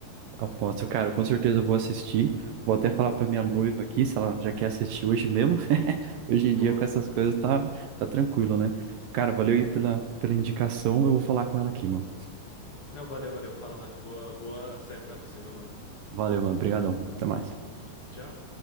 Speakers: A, on the right; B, on the left.
A: Aposto, cara, com certeza eu vou assistir. Vou até falar pra minha noiva aqui, se ela já quer assistir hoje mesmo. <laughs> Hoje
B: Boa.
A: em dia, com essas coisas, tá, tá tranquilo, né? Cara, valeu aí pela, pela indicação. Eu vou falar com ela aqui, mano.
B: Não, valeu, valeu. Fala lá. Boa, boa série pra você, meu mano.
A: Valeu, mano. Obrigadão. Até mais.
B: Tchau.